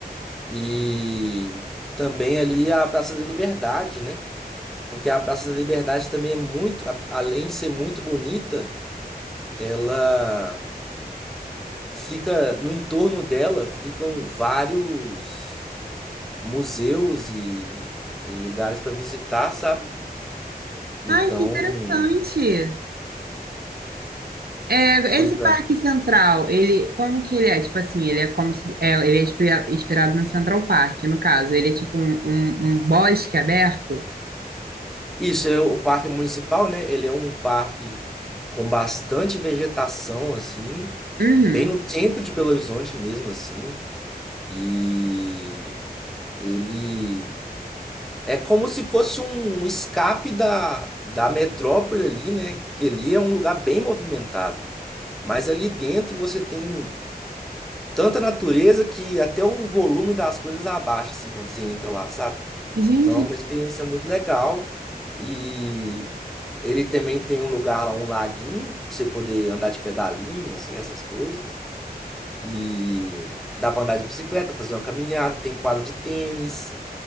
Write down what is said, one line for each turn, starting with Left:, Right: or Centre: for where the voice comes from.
Centre: E também ali a Praça da Liberdade, né? Porque a Praça da Liberdade também é muito, a- além de ser muito bonita, ela fica no entorno dela ficam vários museus e, e lugares para visitar, sabe? Então,
Right: Ai, que interessante. É,
Centre: pois
Right: esse Parque
Centre: é.
Right: Central, ele, como que ele é? Tipo assim, ele é como se, é, ele é inspira- inspirado no Central Park, no caso. Ele é tipo um, um, um bosque aberto.
Centre: Isso é o parque municipal, né? Ele é um parque com bastante vegetação assim,
Right: Uhum.
Centre: bem no centro de Belo Horizonte mesmo assim. E Ele é como se fosse um escape da, da metrópole ali, né? Que ali é um lugar bem movimentado. Mas ali dentro você tem tanta natureza que até o volume das coisas abaixa, assim, quando você entra lá, sabe?
Right: Gente,
Centre: Então é uma experiência muito legal. E ele também tem um lugar lá, um laguinho, pra você poder andar de pedalinho, assim, essas coisas. E dá pra andar de bicicleta, fazer uma caminhada, tem quadra de tênis,